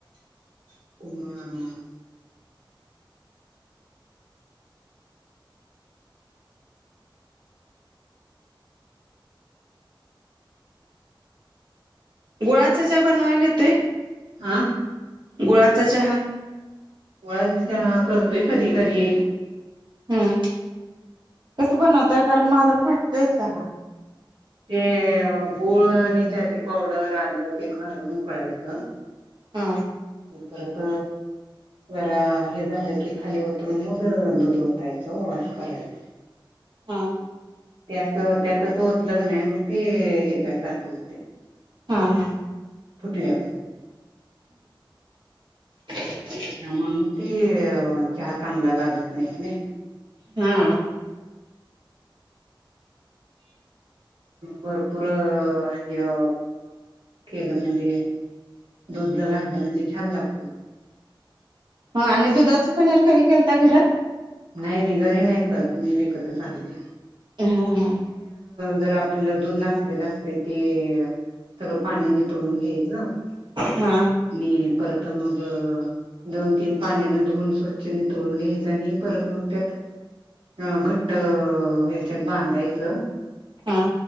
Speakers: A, on the right; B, on the right.
A: ह <unintelligible>
B: गुळाच चहा बनवायला येतोय
A: हह
B: गुळाचा चहा.
A: गुळाचा चहा करतोय कधी कधी
B: हम्म कस बनवताय, कारण माझा फाटतोय चहा.
A: ते गूळ निसाचे पावडर आलं ते घालून उकळायचं <unintelligible>
B: हा.
A: परत जरा हे झालं की खाली उतरून मग दूध ओतायचं वास करायच.
B: हा, हा.
A: त्या अस त्यातच होत लग नाही मग ते ह्याच्या सारखं होते.
B: हा हा
A: फुटल्यागत.
B: <unintelligible>
A: त्यामुळे म ते चहा चांगला लागत नाही.
B: हा.
A: भरपूर या. केलं म्हणजे दुध घातलं म्हणजे छान लागत.
B: हा आणि दुधाच पनीर कध केलता घरात.
A: नाही मी घरी नाही करतो. मी विकत सांगते
B: हा हा
A: जर आपलं दूध ना. असत ते सगळं पाणीने तोळून घ्यायचं
B: हा
A: आणि परत मग दोन तीन पाण्याना धुवून स्वच्छ न तोळून घ्यायचं आणि परत मग त्यात अ घट्ट ह्याच्यात बांधायचं.
B: हा